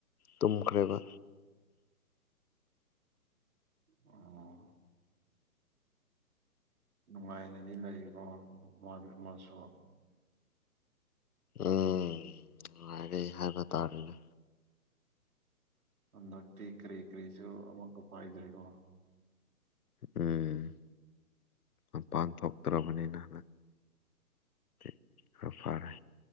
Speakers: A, on the left; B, on the right.
A: ꯇꯨꯝꯈ꯭ꯔꯦꯕ
B: ꯑꯣ ꯅꯨꯡꯉꯥꯏꯅꯗꯤ ꯂꯩꯀꯣ ꯃꯗꯤ ꯑꯃꯁꯨ
A: ꯎꯝ ꯅꯨꯡꯉꯥꯏꯔꯦ ꯍꯥꯏꯕ ꯇꯥꯔꯦꯅꯦ
B: ꯍꯟꯗꯛꯇꯤ ꯀꯔꯤ ꯀꯔꯤꯁꯨ ꯑꯃꯨꯛꯀ ꯄꯥꯏꯗ꯭ꯔꯦꯀꯣ
A: ꯎꯝ ꯃꯄꯥꯟ ꯊꯣꯛꯇ꯭ꯔꯕꯅꯤꯅ <unintelligible> ꯈꯔ ꯐꯔꯦ